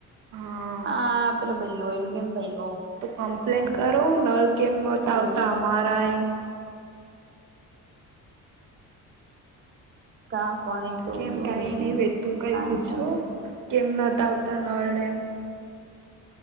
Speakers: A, on the right; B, on the right.
A: હા
B: આ પ ભલો એમંગ ભ લો
A: તો કમ્પ્લેન કરો નળ કેમ નતા
B: વો
A: આવતા અમારા-
B: કા પણ તો
A: કેમ
B: દો
A: કાંઈ નહીં વે તું કંઈ
B: કઈ
A: પૂછો
B: કોણ વતો-
A: કેમ નોતા આવતા નળને એ-